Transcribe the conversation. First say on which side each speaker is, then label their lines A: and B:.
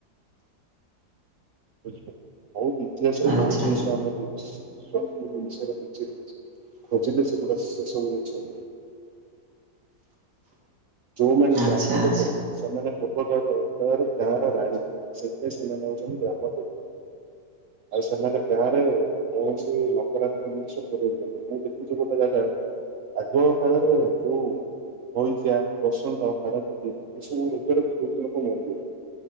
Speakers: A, on the right (about 65°); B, on the right (about 90°).
A: ବୁଝିବ ବହୁତ ଇତିହାସରେ
B: ଆଚ୍ଛା
A: ବହୁତ ଜିନିଷ ଆମ ସବୁ ଜିନିଷର କିଛିର କିଛି ଖୋଜିଲେ ସେ ଗୁଡ଼ା ସେ ସବୁ ଜିନିଷ ମିଳ। ଯୋଉମାନେ
B: ଆଚ୍ଛା
A: ଗ୍ରାମ
B: ଆଚ୍ଛା
A: ଦେବତୀ ସେମାନେ ପୂର୍ବକାଳରୁ ଏକାଳ ଗାଁ ର ରାଣୀ ଥିଲେ ସେଥିପାଇଁ ସେମାନେ ହଉଛନ୍ତି ଗ୍ରାମ ଦେବୀ। ଆଉ ସେମାନେ ଗାଁରେ କୌଣସି ନକରାତ୍ମକ ଜିନିଷ ପୁରେଇ ଦିଅନ୍ତିନି। ମୁଁ ଦେଖୁଛି ଗୋଟେ ଜାଗା ଆଗ କାଳରେ ଯୋଉ ହଇଜା, ବସନ୍ତ, ହାଡ଼ଫୁଟି ଏସବୁ ରୋଗରେ ବହୁତ ଲୋକ ମରିଯାଆନ୍ତି।